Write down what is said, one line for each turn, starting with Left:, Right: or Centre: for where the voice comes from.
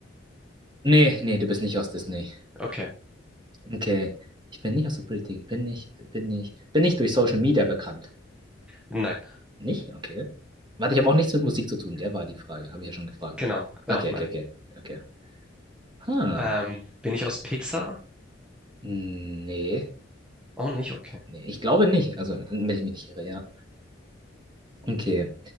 Right: Nee, nee, du bist nicht aus Disney.
Centre: Okay.
Right: Okay. Ich bin nicht aus der Politik. Bin ich, bin ich, bin ich durch Social Media bekannt?
Centre: Nein.
Right: Nicht? Okay. Warte, ich habe auch nichts mit Musik zu tun, gell? War die Frage. Habe ich ja schon gefragt.
Centre: Genau.
Right: Okay,
Centre: Auch nein.
Right: okay, okay. Okay. Ha.
Centre: Ähm, bin ich aus Pixar?
Right: Nee.
Centre: Auch nicht. Okay.
Right: Nee, ich glaube nicht. Also, wenn ich mich nicht irre, ja. Okay.